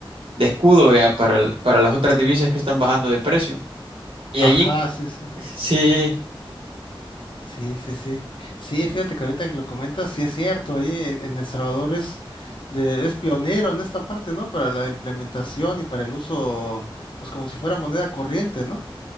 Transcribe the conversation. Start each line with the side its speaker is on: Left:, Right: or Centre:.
Right: de escudo, ¿verdad? Para, el- para las otras divisas que están bajando de precio. Y
Left: Ajá,
Right: ahí, en- eh,
Left: sí, sí.
Right: <laughs> sí,
Left: Sí, sí, sí. Sí, fíjate que ahorita que lo comentas, sí es cierto, ahí en, en El Salvador es, de, es pionero en esta parte, ¿no? Para la implementación y para el uso, pues como si fuera moneda corriente, ¿no?